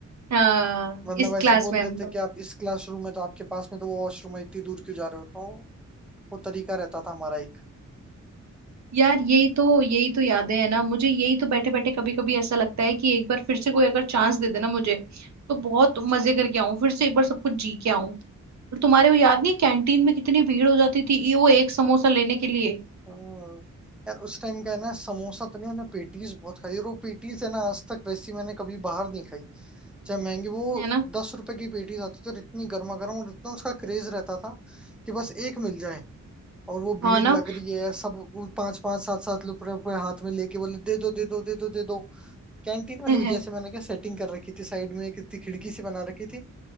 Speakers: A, on the right (about 60°); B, in the centre.
A: हाँ
B: वरना
A: इस
B: वैसे
A: क्लास
B: बोल
A: में
B: देते
A: हम तो
B: कि आप इस क्लासरूम में तो आपके पास में तो वो वॉशरूम है इतनी दूर क्यों जा रहे हो तो वो तरीका रहता था हमारा एक।
A: यार यही तो यही तो यादें हैं ना मुझे यही तो बैठे बैठे कभी कभी ऐसा लगता है कि एक बार फिर से कोई अगर चांस दे देना मुझे तो बहुत मजे करके आऊं फिर से एक बार सब कुछ जी के और तुम्हारे वो याद नहीं है, कैंटीन में कितनी भीड़ हो जाती थी ये वो एक समोसा लेने के लिए
B: हम्म, यार उस टाइम का है ना समोसा तो नहीं मैंने पेटीज बहुत खाई और वो पेटीज है ना आज तक वैसी मैंने कभी बाहर नहीं खाई चाहे महंगी वो
A: है ना
B: दस रुपए की पेटीज आती थी और इतनी गर्मा गर्म और इतना उसका क्रेज रहता था कि बस एक मिल जाए और वो
A: हाँ
B: भीड़
A: ना
B: लग रही है सब वो पांच पांच सात सात रुपए रुपए हाथ में लेके बोले दे दो दे दो दे दो दे दो कैंटीन वाले
A: <laughs>
B: भैया से मैंने क्या सेटिंग कर रखी थी साइड में एक इतनी खिड़की सी बना रखी थी